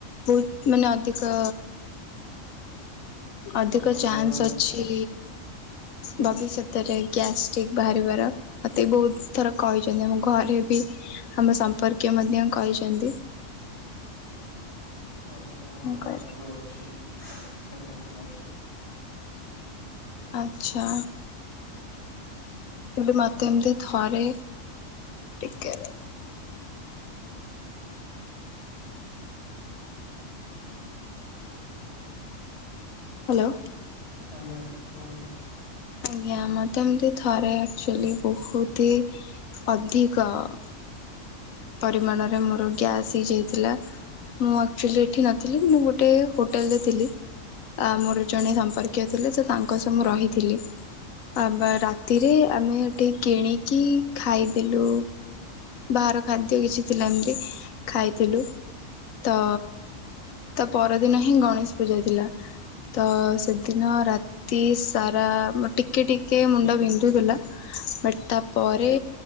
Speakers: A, on the left; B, on the left.
A: ବହୁତ ମାନେ ଅଧିକ ଅଧିକ
B: ସକାଳ
A: ଚାନ୍ସ
B: ବେଳା ନା
A: ଅଛି ଭବିଷ୍ୟତରେ ଗ୍ୟାଷ୍ଟିକ ବାହାରିବାର। ମତେ ବହୁତ ଥର କହିଛନ୍ତି ଆମ ଘରେ ବି, ଆମ ସମ୍ପର୍କୀୟ ମଧ୍ୟ କହିଛନ୍ତି।
B: ଆଚ୍ଛା ମୋର
A: ମୁଁ
B: ତ
A: କହିଲି
B: ଆଗରୁ ଅଛି। ସେଭେନ୍ କ୍ଲାସ ରୁ।
A: ଆଚ୍ଛା। ସୋଉଟୁ ମାତେ
B: ହଁ
A: ଏମତି ଥରେ ଟିକେ ହ୍ୟାଲୋ।
B: ଆଜ୍ଞା କୁହନ୍ତୁ।
A: ଆଜ୍ଞା ମତେ ଏମିତି ଥରେ ଆକ୍ଚୁଆଲି ବହୁତ ଅଧିକ ଅ ପରିମାଣରେ ମୋର ଗ୍ୟାସ୍ ହେଇ ଯାଇଥିଲା। ମୁଁ ଆକ୍ଚୁଆଲି ଏଠି ନଥିଲି। ମୁଁ ଗୋଟେ ହୋଟେଲ ରେ ଥିଲି। ଆ ମୋର ଜଣେ ସମ୍ପର୍କୀୟ ଥିଲେ ତ ତାଙ୍କ ସହ ମୁଁ ରହିଥିଲି। ଆ ବା ରାତିରେ ଆମେ ଏଠି କିଣିକି ଖାଇଦେଲୁ ବାହାର ଖାଦ୍ୟ କିଛି ଥିଲା ଏମିତି ଖାଇଥିଲୁ। ତ ତା ପରଦିନ ହିଁ ଗଣେଶ ପୂଜା ଥିଲା। ତ ସେଦିନ ରାତି ସାରା ଟିକେ ଟିକେ ମୁଣ୍ଡ ବିନ୍ଧୁଥିଲା ବଟ ତାପରେ